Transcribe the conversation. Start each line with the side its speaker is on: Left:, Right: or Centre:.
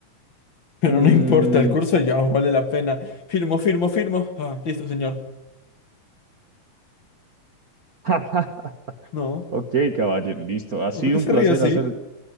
Left: Pero
Right: Mm.
Left: no importa, el curso ya os vale la pena. Firmo, firmo, firmo. Ah, listo, señor.
Right: <laughs>
Left: No,
Right: Ok, caballero, listo. Ha sido
Left: ¿por qué se
Right: un placer
Left: ríe así?
Right: hacer.